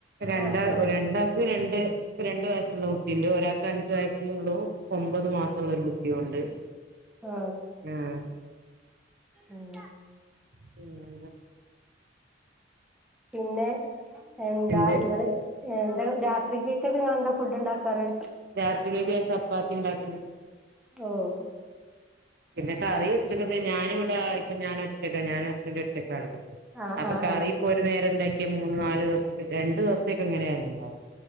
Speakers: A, on the right; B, in the centre.
A: രണ്ടാ
B: ആ ആ
A: രണ്ടാക്ക് രണ്ട് രണ്ട് വയസ്സുള്ള കുട്ടിയിണ്ട് ഒരാ അഞ്ചു വയസ്സിനുള്ളൂ ഒമ്പത് മാസം ഉള്ള ഒരു കുട്ടിയുണ്ട്.
B: ആ
A: ആഹ്
B: ഉം
A: പിന്നെന്താ?
B: പിന്നെ എന്താ
A: എന്ത്
B: ഇങ്ങള് എന്താ രാത്രിക്കേക്കൊക്കെ നിങ്ങെന്താ ഫുഡ് ഉണ്ടാക്കാറ്?
A: രാത്രിലേക്ക് ഞാൻ ചപ്പാത്തി ഇണ്ടാക്കുന്നുണ്ട്.
B: ഓഹ്
A: പിന്നെ കറി ഉച്ചക്കത്തെ ഞാനിവിടെ ഇപ്പ ഞാനൊറ്റക്കാ ഞാനും ഹസ്ബന്റും <unintelligible>
B: ആ
A: അപ്പോ
B: ആ
A: കറി
B: ആ
A: ഇപ്പോ ഒരു നേരം ഉണ്ടാക്കിയാ മൂന്ന് നാല് ദിവസത്തേക്ക് രണ്ട് ദിവസത്തേക്ക് എങ്ങനെയായാലും ഉണ്ടാവും.